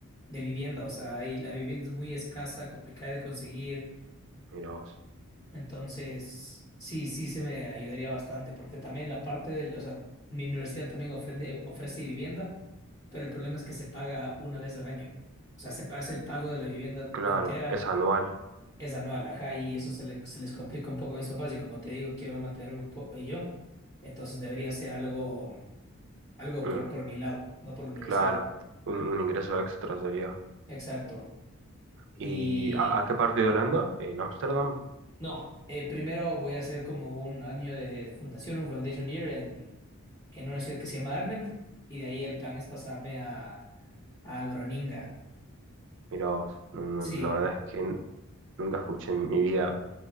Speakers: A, on the left (about 15°); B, on the right (about 55°).
A: de vivienda, o sea, ahí la vivienda es muy escasa, complicada de conseguir,
B: Mira vos.
A: entonces sí, sí se me ayudaría bastante, porque también la parte del, o sea, mi universidad también ofrece, ofrece vivienda, pero el problema es que se paga una vez al año, o sea, se hace el pago de la vivienda
B: Claro,
A: entera,
B: es anual.
A: es anual, ajá, y eso se, le- se les complica un poco a mis papás, y como te digo, quiero mantenerme un poco yo, entonces debería ser algo algo
B: Mm,
A: por, por mi lado, no por la universidad.
B: claro, un, un ingreso extra sería.
A: Exacto. Y
B: ¿Y a, a qué parte de Holanda? En Ámsterdam.
A: no, eh, primero voy a hacer como un año de, de fundación, un foundation year en, en una ciudad que se llama Arnhem. Y de ahí el plan es pasarme a, a Groninga.
B: Mira vos. No,
A: Sí,
B: no, la verdad es que n- nunca escuché en mi vida